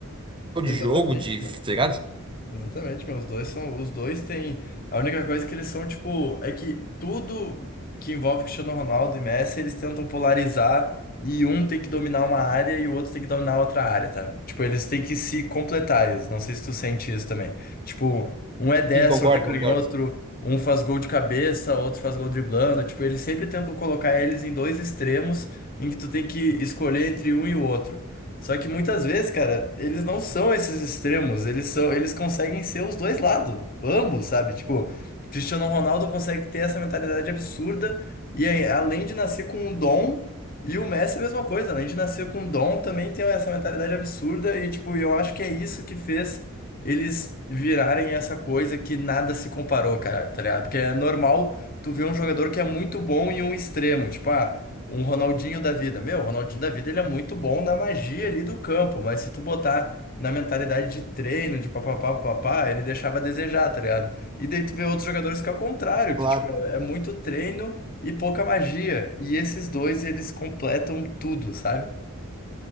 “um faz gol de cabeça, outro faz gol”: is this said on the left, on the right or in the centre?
Left